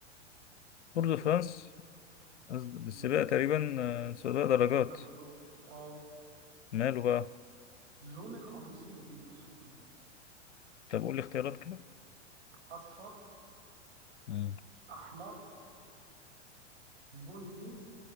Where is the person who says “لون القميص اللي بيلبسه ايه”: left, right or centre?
Right